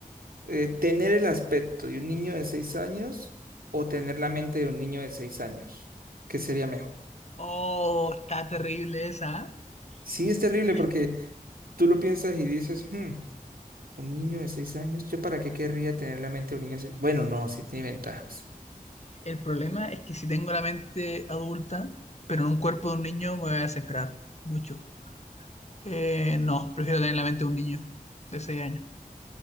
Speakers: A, on the right; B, on the left.
A: Eh, ¿tener el aspecto de un niño de seis años o tener la mente de un niño de seis años? ¿Qué sería mejor?
B: oh, está terrible esa. ¿eh?
A: Sí, es
B: Está
A: terrible
B: terrible.
A: porque tú lo piensas y dices, "Hmm, un niño de seis años, ¿yo para qué querría tener la mente de un niño de seis? Bueno, no, sí tiene ventajas.
B: El problema es que si tengo la mente adulta, pero en un cuerpo de un niño, me voy a desesperar mucho. Eh, no, prefiero tener la mente de un niño de 6 años.